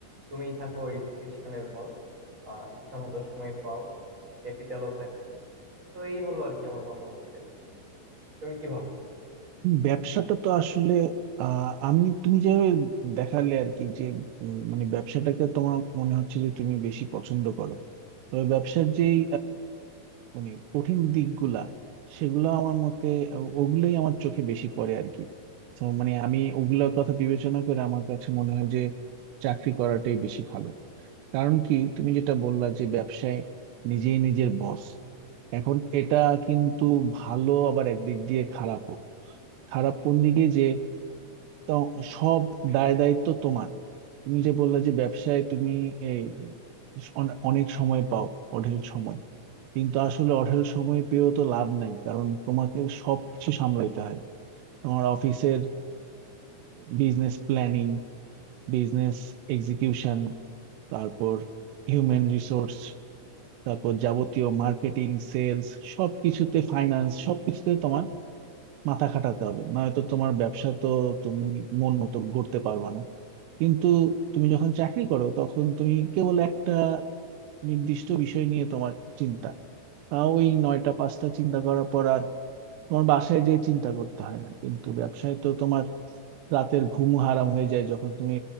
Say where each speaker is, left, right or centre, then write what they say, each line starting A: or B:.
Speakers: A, on the right; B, on the right.
A: তুমি থাকো এই প্রতিষ্ঠানের বস আহ ইচ্ছা মতো সময় পাও ক্যাপিটালও থাকে তো এই হলো আর কি আমার মতামত এটা নিয়ে তুমি কি ভাবো
B: ব্যবসাটা তো আসলে আহ, আমি তুমি যে দেখালে আর কি যে উম, মানে ব্যবসাটাকে তোমার মনে হচ্ছে যে তুমি বেশি পছন্দ করো তবে ব্যবসার যেই মানে কঠিন দিকগুলা সেগুলো আমার মতে ও- ওগুলোই আমার চোখে বেশি পড়ে আর কি তো মানে আমি ওগুলোর কথা বিবেচনা করে আমার কাছে মনে হয় যে চাকরি করাটাই বেশি ভালো কারণ কি তুমি যেটা বললা যে ব্যবসায় নিজেই নিজের বস এখন এটা কিন্তু ভালো আবার একদিক দিয়ে খারাপও খারাপ কোন দিকে যে তো সব দায় দায়িত্ব তোমার তুমি যে বললা যে ব্যবসায় তুমি এই অনে- অনেক সময় পাও অঢেল সময় কিন্তু আসলে অঢেল সময় পেয়েও তো লাভ নাই কারণ তোমাকে সবকিছু সামলাইতে হয় তোমার অফিসের বিজনেস প্ল্যানিং বিজনেস এক্সিকিউশন তারপর হিউম্যান রিসোর্স তারপর যাবতীয় মার্কেটিং সেলস সবকিছুতে ফাইন্যান্স সবকিছুতে তোমার মাথা খাটাতে হবে নয়তো তোমার ব্যবসা তো তুমি মন মতো গড়তে পারবে না কিন্তু তুমি যখন চাকরি করো তখন তুমি কেবল একটা নির্দিষ্ট বিষয় নিয়ে তোমার চিন্তা তাও ওই নয়টা পাঁচটা চিন্তা করার পর তোমার বাসায় যে চিন্তা করতে হয় না কিন্তু ব্যবসায় তো তোমার রাতের ঘুম হারাম হয়ে যায় যখন তুমি